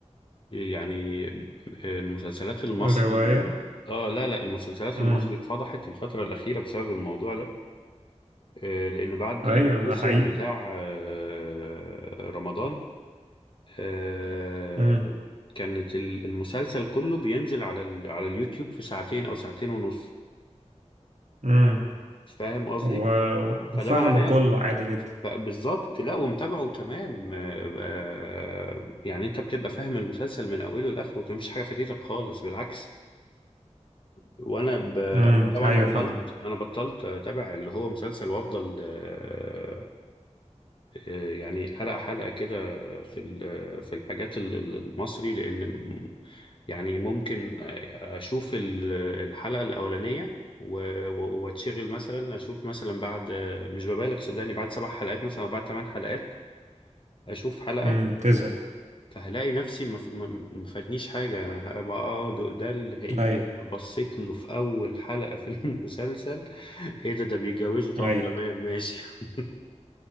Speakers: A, on the left; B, on the right.
A: يعني المسلسلات المصري
B: رواية
A: اه لا لا المسلسلات
B: امم
A: المصري اتفضحت الفترة الأخيرة بسبب الموضوع ده آه، لأن بعد
B: ايوه
A: الموسم
B: ده حقيقي
A: بتاع آه، رمضان آه،
B: امم
A: كانت ال- المسلسل كله بينزل على ال- على اليوتيوب في ساعتين أو ساعتين ونص
B: امم
A: فاهم قصدي؟
B: و... وفهمه
A: فده معناه
B: كله عادي جدا
A: بالظبط لا ومتابعه تمام آه، آه، يعني انت بتبقى فاهم المسلسل من اوله لاخره ومفيش حاجه فاتتك خالص بالعكس وانا ب... انا
B: امم
A: طبعا
B: ايوه
A: بطلت
B: فاهمه
A: انا بطلت اتابع اللي هو مسلسل وافضل آه، آه، يعني حلقه حلقه كده في ال- في الحاجات ال- ال- المصري لان م- يعني ممكن اشوف ال- الحلقه الاولانيه و- و- واتشغل مثلا اشوف مثلا بعد مش ببالغ صدقني بعد سبع حلقات مثلا او بعد ثمان حلقات اشوف حلقة
B: امم تزهق
A: فهلاقي نفسي ما ف- ما- ما فاتنيش حاجة يعني هبقى اه ده ده اللي هي
B: اي
A: بصيت له في أول حلقة في <laughs> المسلسل ايه ده ده بيتجوزوا طب
B: اي
A: تمام ماشي <laughs>